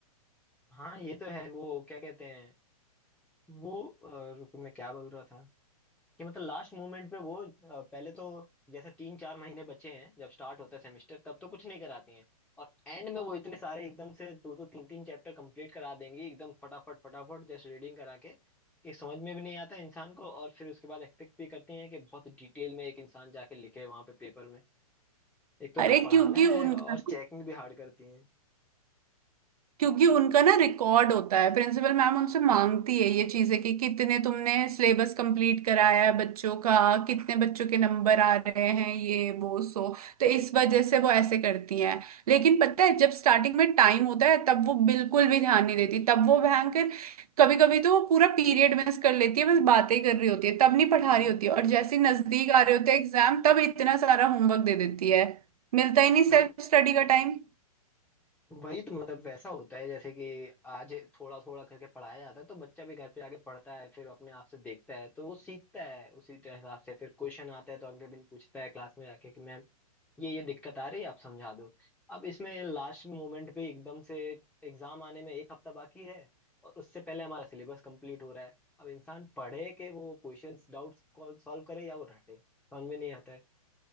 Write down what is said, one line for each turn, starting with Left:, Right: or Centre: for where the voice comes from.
Centre: हाँ ये तो है वो क्या कहते हैं वो अ, रुको मैं क्या बोल रहा था कि मतलब लास्ट मोमेंट पे वो अ, पहले तो जैसे तीन चार महीने बचे हैं जब स्टार्ट होता है सेमेस्टर तब तो कुछ नहीं कराती हैं और एंड में वो इतने सारे एकदम से दो दो तीन तीन चैप्टर कंप्लीट करा देंगी एकदम फटाफट फटाफट जस्ट रीडिंग करा के कि समझ में भी नहीं आता इंसान को और फिर उसके बाद एक्सपेक्ट भी करती हैं कि बहुत डिटेल में एक इंसान जाके लिखे वहां पे पेपर में एक तो
Right: अरे
Centre: ना पढ़ाना
Right: क्योंकि उनका
Centre: है और चेकिंग भी हार्ड करती हैं
Right: क्योंकि उनका ना रिकॉर्ड होता है प्रिंसिपल मैम उनसे मांगती है ये चीजें कि कितने तुमने सिलेबस कंप्लीट कराया है बच्चों का कितने बच्चों के नंबर आ रहे हैं ये वो सो तो इस वजह से वो ऐसे करती हैं लेकिन पता है जब स्टार्टिंग में टाइम होता है तब वो बिल्कुल भी ध्यान नहीं देती तब वो भयंकर कभी कभी तो वो पूरा पीरियड मिस कर लेती है बस बातें कर रही होती है तब नहीं पढ़ा रही
Centre: हम्म।
Right: होती है और जैसे ही नजदीक आ रहे होते हैं एग्जाम तब इतना सारा होमवर्क दे देती है मिलता ही नहीं
Centre: हाँ
Right: सेल्फ स्टडी का टाइम
Centre: वही तो मतलब वैसा होता है जैसे कि आज थोड़ा थोड़ा करके पढ़ाया जाता है तो बच्चा भी घर पे आके पढ़ता है फिर अपने आप से देखता है तो वो सीखता है उसी तरह हिसाब से फिर क्वेश्चन आता है तो अगले दिन पूछता है क्लास में जाके कि मैम ये ये दिक्कत आ रही है आप समझा दो अब इसमें लास्ट मोमेंट पे एकदम से एग्जाम आने में एक हफ्ता बाकी है और उससे पहले हमारा सिलेबस कंप्लीट हो रहा है अब इंसान पढ़े के वो क्वेश्चंस डाउट्स सॉल्व करे या वो रटे समझ में नहीं आता